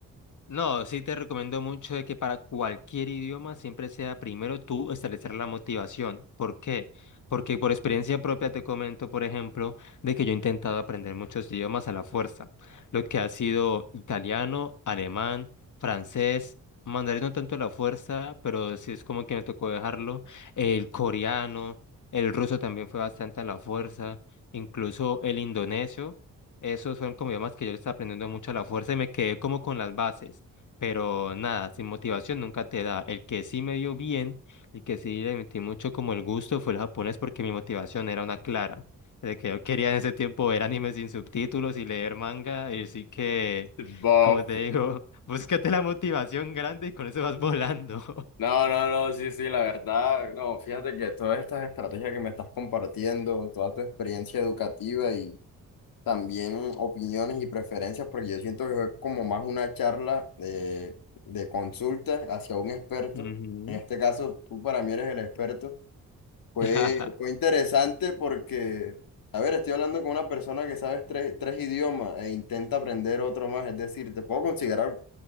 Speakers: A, on the left (about 60°); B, on the left (about 80°).
A: No, sí te recomiendo mucho de que para cualquier idioma siempre sea primero tú establecer la motivación. ¿Por qué? Porque por experiencia propia te comento, por ejemplo, de que yo he intentado aprender muchos idiomas a la fuerza, lo que ha sido italiano, alemán, francés, mandarín no tanto a la fuerza, pero sí es como que me tocó dejarlo, el coreano, el ruso también fue bastante a la fuerza, incluso el indonesio. Esos fueron como idiomas que yo le estaba aprendiendo mucho a la fuerza y me quedé como con las bases. Pero nada, sin motivación nunca te da. El que sí me dio bien, el que sí le metí mucho como el gusto fue el japonés porque mi motivación era una clara. De que yo quería en ese tiempo ver animes sin subtítulos y leer manga. Y así que,
B: Bof.
A: como te digo, <laughs> búscate la motivación grande y con eso vas volando.
B: No, no, no, sí, sí, la verdad, no, fíjate que todas estas estrategias que me estás compartiendo, toda tu experiencia educativa y también opiniones y preferencias, porque yo siento que fue como más una charla eh, de consulta hacia un experto.
A: <laughs> Ujú.
B: En este caso, tú para mí eres el experto. Fue,
A: <laughs>
B: fue interesante porque, a ver, estoy hablando con una persona que sabe tres, tres idiomas e intenta aprender otro más, es decir, te puedo considerar,